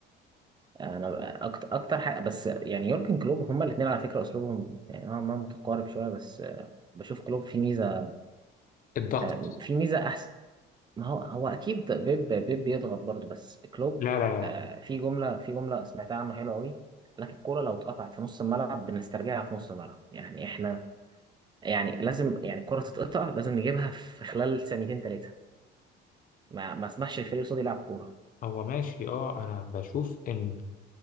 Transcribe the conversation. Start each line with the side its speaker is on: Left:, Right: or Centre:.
Right: انا اكتر اكتر حاجه بس يعني يورجن كلوب هما الاثنين على فكره اسلوبهم يعني نوعا ما متقارب شويه بس بشوف كلوب فيه ميزه
Left: الضغط
Right: آه، في ميزه احسن ما هو هو اكيد بيب بيب بيضغط برضه بس كلوب
Left: لا لا لا
Right: آه، في جمله في جمله سمعتها عنه حلوه قوي قال لك الكوره لو اتقطعت في نص الملعب بنسترجعها في نص الملعب يعني احنا يعني لازم يعني الكوره تتقطع لازم نجيبها في خلال ثانيتين ثلاثه ما ما اسمحش الفريق اللي قصادي يلعب كوره
Left: هو ماشي اه انا بشوف ان